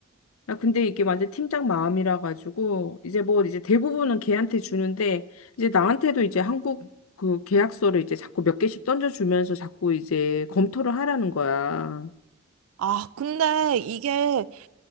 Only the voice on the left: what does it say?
아, 근데 이게 완전 팀장 마음이라 가지고 이제 뭐 이제 대부분은 걔한테 주는데 이제 나한테도 이제 한국 그 계약서를 이제 자꾸 몇 개씩 던져주면서 자꾸 이제 검토를 하라는 거야.